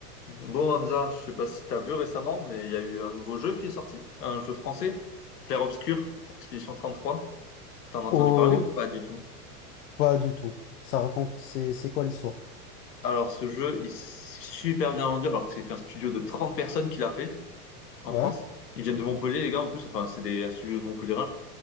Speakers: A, on the left (about 85°); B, on the left (about 65°).
A: Bon, Hamza, je sais pas si tu as vu récemment, mais il y a eu un nouveau jeu qui est sorti, un jeu français, Clair Obscur, Expédition 33. T'en as entendu
B: Oh,
A: parler ou pas du tout?
B: pas du tout. Ça raconte, c'est, c'est quoi l'histoire?
A: Alors, ce jeu, il s'est super bien rendu, alors que c'est qu'un studio de 30 personnes qui l'a fait en
B: Ouais,
A: France. Ils viennent de Montpellier, les gars, en plus. Enfin, c'est des, un studio de Montpellier,